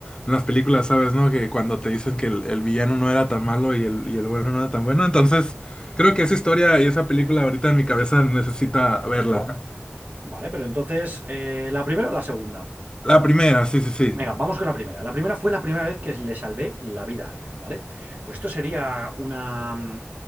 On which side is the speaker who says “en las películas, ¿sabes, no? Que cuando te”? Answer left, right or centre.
Left